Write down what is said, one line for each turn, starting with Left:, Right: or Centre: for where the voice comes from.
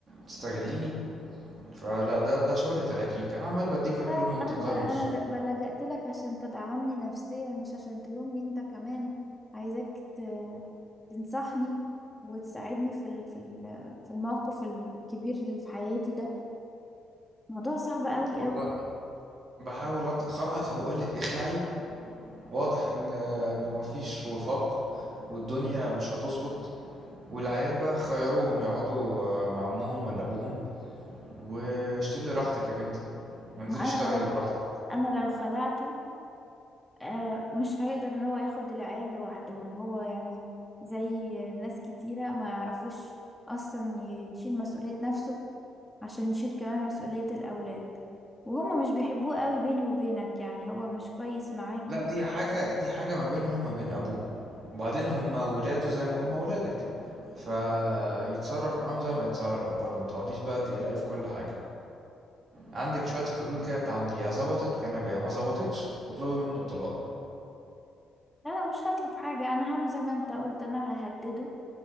Right: تستغليني فلا ده ده شغل تلاكيك انا عمال بديكي حلول
Centre: لا لا
Right: منطقية
Centre: انا ب... انا
Right: من الصبح
Centre: ب- بلجأت لك عشان تدعمني نفسيا مش عشان تلومني انت كمان عايزاك ت... تنصحني وتساعدني في ال... في ال... في الموقف الكبير اللي في حياتي ده موضوع صعب قوي
Right: والله
Centre: قوي
Right: بحاول أنت... خلاص هقول لك اخلعي واضح ان ان مفيش وفاق والدنيا مش هتظبط والعيال بقى خيروهم يقعدوا آه، مع امهم ولا ابوهم واشتغلي راحتك يا بنتي وانزلي
Centre: ما
Right: اشتغلي
Centre: انا لو
Right: براحتك
Centre: انا لو خلعته آه مش هيقدر ان هو ياخد العيال لوحدهم هو يعني زي ناس كتيرة ما يعرفوش اصلا يشيل مسؤولية نفسه عشان يشيل كمان مسؤولية الاولاد وهما مش بيحبوه قوي بيني وبينك يعني هو مش كويس معاهم
Right: لا دي حاجة دي حاجة ما بينهم وما بين أبوهم وبعدين هم ولاده زي ما هم ولادك فيتصرف معاهم زي ما يتصرف برضه ما تقعديش بقى تقلقي في كل حاجة عندك شوية حلول كده تعمليها ظبطت كان بيها ما ظبطتش اطلبي منه الطلاق
Centre: لا انا مش هطلب حاجة انا هعمل زي ما انت قلت انا ههدده